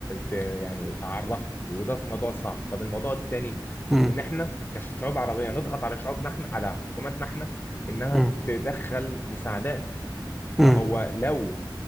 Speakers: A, on the left; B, in the centre.
A: ت... يعني تعرفها وده موضوع صعب طب الموضوع التاني
B: مم.
A: ان احنا كشعوب عربيه نضغط على شعوبنا احنا على حكوماتنا احنا انها
B: مم.
A: تدخل مساعدات
B: مم.
A: ما هو لو